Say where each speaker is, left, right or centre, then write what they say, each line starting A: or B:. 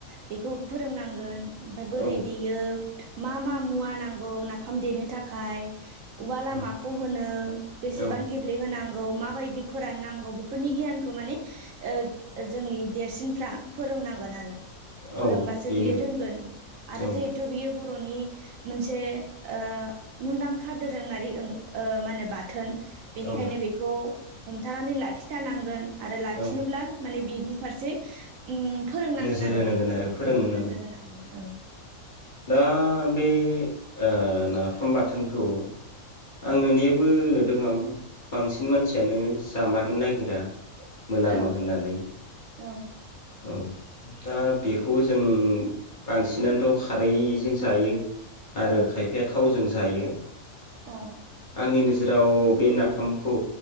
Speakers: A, on the right; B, on the left.
A: बेखौ फोरोंनांगोन ओमफ्राय बोरै
B: औ
A: देयो मा मा मुवा नांगौ नाफाम देनो थाखाय? उवाला
B: औ
A: माखौ होनो एसेबां
B: औ
A: गेब्लेहोना नांगौ माबायदि फोराननांगौ बेफोरनि गियानखौ माने ओ जोंनि देरसिनफ्रा फोरोंनांगोन आरो फोरोंबासो
B: औ बेनो
A: बियो रोंगोन आरो
B: औ
A: जिहेथु बियो बर'नि मोनसे ओ मुंदांखा दोरोङारि मा होनो बाथ थोन बेनिखायनो
B: औ
A: बेखौ हमथानानै लाखिथारनांगोन आरो लाखिनोब्ला
B: औ
A: माने बेनि फारसे उम फोरोंनांगोन
B: नोजोर
A: आरो
B: होनांगोन फोरोंहोनांगोन
A: औ नोजोर होनांगोन औ
B: दा बे ओ नाफाम बाथोनखौ आं नुनायाबो नुदों आं बांसिन मानसियानो जामारनो नागिरा मोनामो
A: औ
B: होननानै
A: औ
B: औ दा बेखौ जों बांसिनानोथ' खारैजों जायो आरो
A: औ
B: खायफाया थावजों जायो
A: औ
B: आंनि नोजोर दाव बे नाफामखौ